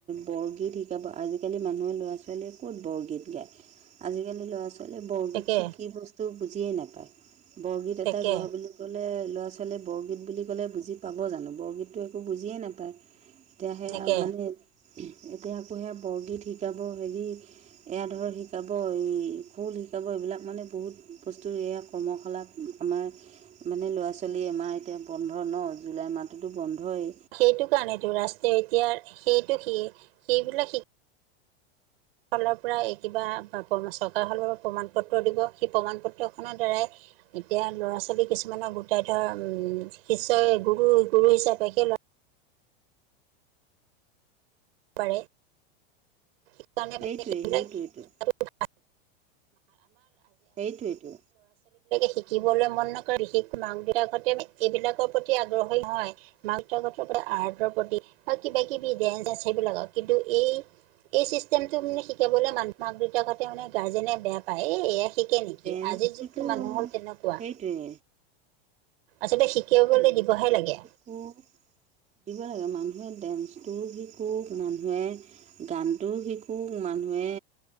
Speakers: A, on the right; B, on the right.
A: বৰগীত শিকাব আজিকালি মানুহে ল'ৰা ছোৱালীয়ে ক'ত বৰগীত গায়। আজিকালি ল'ৰা ছ আ বৰগীতটো
B: তাকে
A: কি বস্তু বুজিয়েই নাপায় বৰগীত এটা
B: তাকে
A: গোৱা বুলি ক'লে ল'ৰা ছোৱালীয়ে বৰগীত বুলি ক'লে বুজি পাব জানো বৰগীতটো একো বুজিয়ে নাপায় এতিয়া সেয়া
B: তাকে
A: মানে এতিয়া আকৌ সেয়া বৰগীত শিকাব হেৰি এয়া ধৰ শিকাব এই খোল শিকাব এইবিলাক মানে বহুত বস্তু এয়া কৰ্মশালা আমাৰ মানে ল'ৰা ছোৱালী আমাৰ এতিয়া বন্ধ ন জুলাই মাহটোতো বন্ধই
B: সেইটো কাৰণেতো ৰাস্ৰ এতিয়া সেইটো শ সেইবিলাক শ ফালৰ পৰা কিবা চৰকাৰৰ ফালৰ পৰা প্ৰমাণ পত্ৰ দিব সেই প্ৰমাণ পত্ৰখনৰ দ্বাৰাই এতিয়া ল'ৰা ছোৱালী কিছুমানৰ গোটাই ধৰ শিষই গুৰু গুৰু হিচাপে সেই পাৰে <unintelligible> ল'ৰা
A: সেইটোৱে
B: ছোৱালী বিলাকে
A: সেইটোৱেতো সেইটোৱেতো
B: শিকিবলৈ মন নকৰে বিশেষকৈ মাক দেউতাকাহঁতে এইবিলাকৰ প্ৰতি আগ্ৰহী হয় মাকহঁতৰ আৰ্টৰ প্ৰতি বা কিবা কিবি ড সেইবিলাকক কিন্তু এই এই চিষ্টেমটো মানে শিকাবলৈ মাক মাক দেউতাকঁহতে মানে গাৰ্জেনে বেয়া পায় এই থিকে নেকি
A: ডেন্সটোতো
B: আজিৰ যুগটো মানুহৰ তেনেকুৱা
A: সেইটোৱে
B: আচলতে শিকিবলৈ দিবহে লাগে
A: শো দিব লাগে মানুহে ডেন্সটো শিকোঁ মানুহে গানটোও শিকো মানুহে